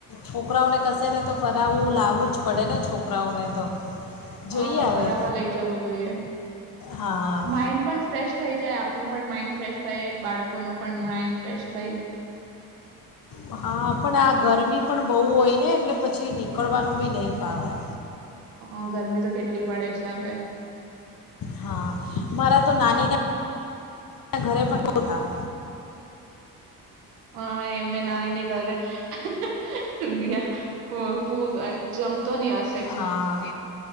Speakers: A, on the left; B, on the right.
A: છોકરાઓને કશે ને તો ફરાવું લાવું જ પડે ને છોકરાઓને તો. જોઈએ
B: હા
A: હવે
B: ફરાવા લઈ જવું જોઈએ.
A: હા
B: માઈન્ડ પણ ફ્રેશ થઈ જાય આપણું પણ માઇન્ડ ફ્રેશ સાઈડ. બાળકો નો પણ માઈન્ડ ફ્રેશ થઈ
A: હા પણ આ ગરમી પણ બહુ હોય ને એટલે પછી નીકળવાનું બી નહી ફાવે.
B: હ ગરમી તો કેટલી પડે છે હવે.
A: હા મારા તો નાની ના ઘરે પણ બો તાપ
B: હા એમને નાનીને ઘર <unintelligible> હું હું જમતો ની હશે.
A: હા